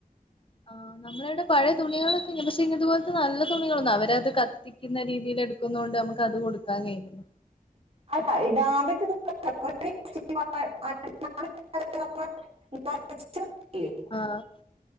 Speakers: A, on the left (about 35°); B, on the right (about 40°).
A: ആഹ് നമ്മളെട പഴയ തുണികളോക്കെങ്ങനെ പക്ഷെ ഇതുപലത്തെ നല്ല തുണികളൊന്നും അവരത്. കത്തിക്കുന്ന രീതിൽ എടുക്കുന്നോണ്ട് നമുക്ക് അത് കൊടുക്കാൻ കഴിയുലല്ലോ.
B: അല്ല ഇടാൻ പറ്റുന്ന. <unintelligible>
A: ആഹ്